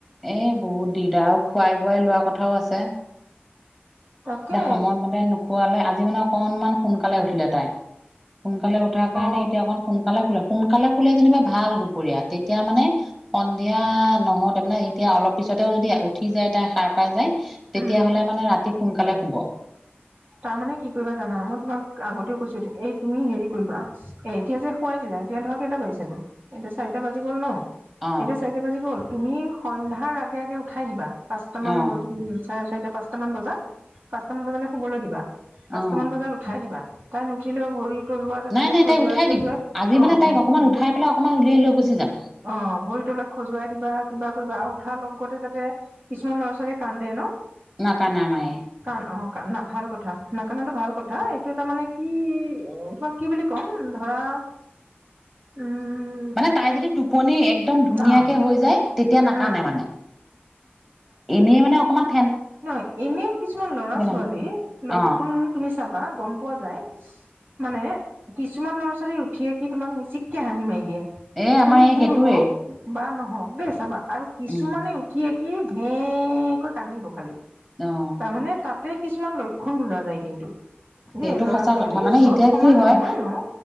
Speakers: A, on the right; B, on the right.
A: এ বহুত দিগদাৰ আৰু খোৱাই বোৱাই লোৱা কথাও আছে।
B: তাকে
A: এতিয়া সময়মতে নোখোৱালে, আজি মানে অকনমান সোনকালে উঠিলে তাই। সোনকালে উঠাৰ কাৰণে
B: অ
A: এতিয়া অকণ সোনকালে শুলে। সোনকালে শুলে যেনিবা ভাল দুপৰীয়া তেতিয়া মানে- সন্ধিয়া নহওঁতে মানে এতিয়া অলপ পিছতেও যদি উঠি যায় তাই সাৰ পাই যায়, - তেতিয়া
B: উম
A: হ'লে মানে ৰাতি সোনকালে শুব।
B: তাৰ মানে কি কৰিবা জানা? মই তোমাক আগতেও কৈছো এই তুমি হেৰি কৰিবা, - এ এতিয়া যে শুৱাই দিলা, এতিয়া ধৰা কেইটা বাজিছে নো? এতিয়া চাৰিটা বাজি গ'ল ন,
A: অঁ
B: এতিয়া চাৰিটা বাজি গল, তুমি সন্ধ্যাৰ আগে আগে উঠাই দিবা। পাঁচটামান
A: অঁ
B: ব চাৰে চাৰিটা পাঁচটামান বজাত, পাঁচটামান বজালে- শুবলৈ দিবা, পাঁচটামান
A: অঁ
B: বজাত উঠাই দিবা। তাই নুঠিলেও ভৰিত- তলোৱাত এনেকে
A: নাই নাই
B: খজুৱাই
A: তাইক উঠাই
B: খজুৱাই,
A: দিম আজি
B: অঁ,
A: মানে তাইক
B: অঁ,
A: অকণমান
B: অঁ।
A: উঠাই পেলাই অকণমান উলিয়াই লৈ গুচি যাম
B: অঁ, ভৰি তলুৱা খজুৱাই দিবা, কিবা কৰিবা আৰু উঠাৰ লগতে যাতে- কিছুমান ল'ৰা ছোৱালীয়ে কান্দে ন।
A: নাকান্দে আমাৰ এই।
B: কাৰণ অঁ- কান ভাল কথা নাকান্দাটো ভাল কথা। এইটো এটা মানে কি তোমাক কি বুলি ক'ম? ধৰা-
A: উম।
B: উম।
A: এ তাইৰ যদি টোপনি একদম ধুনীয়াকে
B: অ
A: হৈ যায়, তেতিয়া নাকান্দে
B: উম
A: মানে। এনেই মানে অকমান-
B: নহ এনেও কিছুমান ল'ৰা-ছোৱালী
A: আৰু
B: লক্ষণ
A: অঁ
B: তুমি চাবা, গম পোৱা যায়- মানে কিছুমান ল'ৰা ছোৱালী উঠিয়ে কি তোমাক মিচিককে হাঁহি মাৰি দিয়ে।
A: এই
B: টোপনি
A: আমাৰ এই
B: পুৰ
A: সেইটোৱেই
B: হওঁক- বা নহওঁক দেই চাবা, আৰু কিছুমানে
A: উম
B: উঠিয়েই কি ভেঁ কৈ কান্দিব খালি।
A: অঁ
B: তাৰমানে তাতে কিছুমান লক্ষণ বুজা যায় কিন্তু।
A: সেইটো
B: দেই ল'ৰা
A: সঁচা
B: ছোৱালী
A: কথা। মানে
B: চব
A: এতিয়া
B: সমান
A: কি হয়?
B: নহয় ন